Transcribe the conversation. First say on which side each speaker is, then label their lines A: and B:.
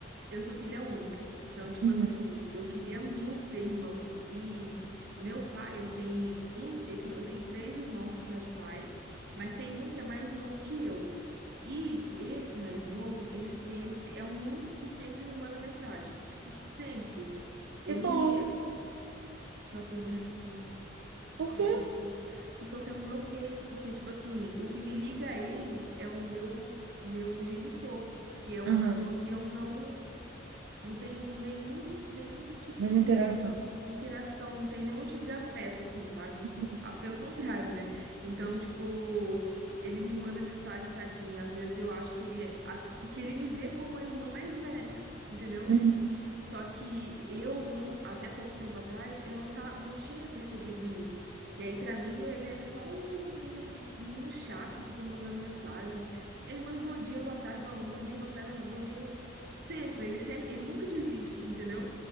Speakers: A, on the right; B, on the right.
A: Eu sou filha única. Então, tipo
B: Uhum.
A: assim, eu queria muito ter irmãos. E meu pai, ele tem um, ele tem, eu tenho três irmãos por parte de pai, mas tem um que é mais novo que eu. E esse mais novo, ele sempre é o único que sempre me manda mensagem, tipo, sempre. Ele,
B: Que bom.
A: só que eu não respondo,
B: Por
A: acredita?
B: quê?
A: Porque eu tenho um bloqueio, porque tipo assim, o que me liga a ele é o meu meu genitor, que é uma
B: Aham.
A: pessoa que eu não não tenho nenhum, nenhum tipo
B: Nenhuma
A: de
B: interação.
A: interação, não tem nenhum tipo de afeto, assim, sabe?
B: Uhum.
A: Ah, Pelo contrário, né? Então, tipo, ele me manda mensagem, tadinha. Às vezes eu acho que ele é. a- Porque ele me vê como a irmã mais velha, entendeu?
B: Uhum.
A: Só que eu não, até pouco tempo atrás, eu não, tá, não tinha percebido isso. E aí, pra mim, ele era só um menino, menino chato que fica me mandando mensagem. Ele manda bom dia, boa tarde, boa noite, bom dia, boa tarde, boa noite, bom dia, boa... Sempre, ele sempre, ele nunca desiste, entendeu?